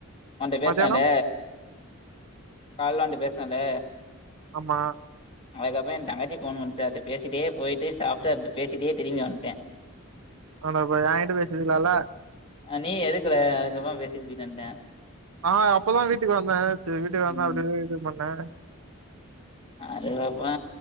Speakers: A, on the left; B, on the right.
A: உன்ட்ட பேஸ்னேன்ல
B: மதியானம்
A: கால்ல ஒன்ட்ட பேஸ்னேன்ல
B: ஆமா
A: அதுக்கு அப்றோ ஏ தங்கச்சி போன் பண்ணிச்சு அதுட்ட பேசிட்டே போய்ட்டு சாப்ட்டு அதுட்ட பேசிட்டே திரும்ப வந்ட்டே
B: ஆன்டப்பா எகிட்ட பேசிறிக்லால்ல
A: அ நீ எடுக்கல அதுக்கு அப்போ பேசிட்டு போய்ட்டு வந்டே
B: ஆ அப்பதா வீட்டுக்கு வந்தே செரி வீட்டுக்கு வந்தே
A: ம்
B: அப்டியே இது பண்ணே
A: அதுக் அப்றோ